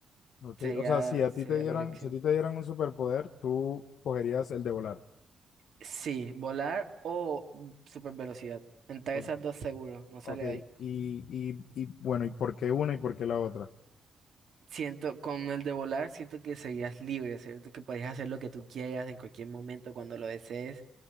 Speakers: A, on the left; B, on the right.
A: Ok,
B: sería,
A: O sea, si a
B: sería
A: ti te dieran,
B: mi elección.
A: si a ti te dieran un superpoder, tú cogerías el de volar.
B: Sí, volar o super velocidad. Entre
A: O-
B: esas dos seguro, no sale
A: Ok,
B: de ahí.
A: y, y, y bueno, ¿y por qué una y por qué la otra?
B: Siento, con el de volar, siento que serías libre, ¿cierto? Que podrías hacer lo que tú quieras en cualquier momento, cuando lo desees.